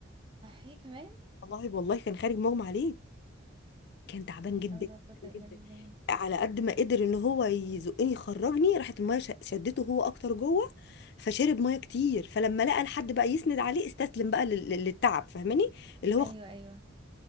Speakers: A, on the right; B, on the left.
A: احيي كمان
B: والله والله كان خارج مغمى عليه كان تعبان جدا
A: حول ولا قوه
B: جدا
A: الا بالله
B: على قد ما قدر ان هو يزقني يخرجني راحت الميه ش- شدته هو اكتر جوه فشرب ميه كتير فلما لقى الحد بقى يسند عليه استسلم بقى لل- لل- للتعب فاهماني اللي هو
A: ايوه ايوه